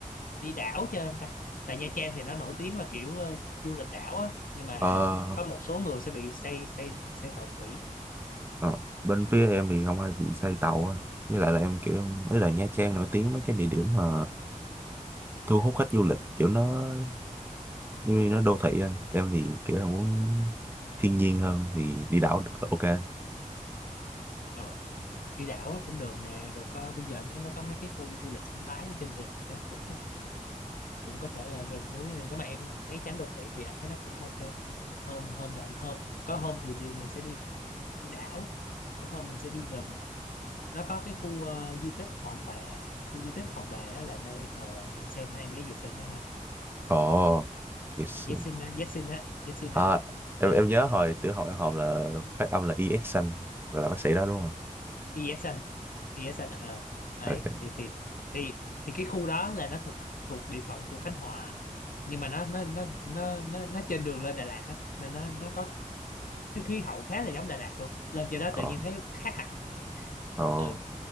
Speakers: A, on the left; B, on the right.
A: đi đảo chơi không ta? Tại Nha Trang thì nó nổi tiếng là kiểu ờ, du lịch đảo á, nhưng mà
B: ờ
A: có một số người sẽ bị say say say tàu thủy.
B: ờ. bên phía em thì không ai bị say tàu á với lại là em kiểu ấy là Nha Trang nổi tiếng mấy cái địa điểm mà thu hút khách du lịch kiểu nó Vì nó đô thị anh em thì kiểu em muốn thiên nhiên hơn thì đi đảo được. ok anh.
A: Ờ, đi đảo cũng được nè, rồi có bây giờ anh thấy nó có mấy cái khu du lịch sinh thái ở trên rừng gì đó cũng cũng có thể là rừng núi nếu mà em thấy tránh đô thị thì anh thấy nó cũng ok. Hôm hôm lạnh hôm có hôm thì đi, mình sẽ đi, đi đảo, có hôm mình sẽ đi rừng nó có cái khu ờ, di tích Hòn Bà khu di tích Hòn Bà đó là nơi thờ Yesen hay mấy Yesen nhá ha
B: Ồ, yes.
A: Yesen á Yesen á Yesen
B: À,
A: á
B: em em
A: ừ
B: nhớ hồi tiểu học em học là phát âm là EX xanh và là bác sĩ đó đúng không?
A: Yesen Yesen ờ đấy
B: Ok.
A: thì thì thì thì cái khu đó là nó thuộc thuộc địa phận của Khánh Hòa nhưng mà nó nó nó nó nó, nó trên đường lên Đà Lạt á nên nó nó có cái khí hậu khá là giống Đà Lạt luôn lên trên đó
B: Ồ,
A: tự nhiên thấy khác hẳn
B: ồ,
A: ừ